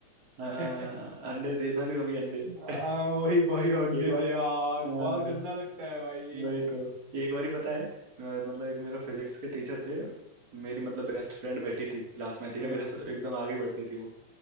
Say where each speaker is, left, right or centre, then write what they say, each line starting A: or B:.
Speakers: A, on the right; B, on the right.
A: हाँ,
B: <laughs>
A: अंडे देना तू अभी अंडे <laughs>
B: हाँ वही भाई अंडे
A: एक बार
B: दे यार
A: हाँ।
B: बहुत गंदा लगता है भाई
A: वही तो एक बार ही पता है अ, मतलब एक मेरा फिजिक्स के टीचर थे मेरी मतलब बेस्ट फ्रेंड बैठी थी क्लास में ठीक
B: हाँ
A: है मेरे स- एकदम आगे बैठी थी वो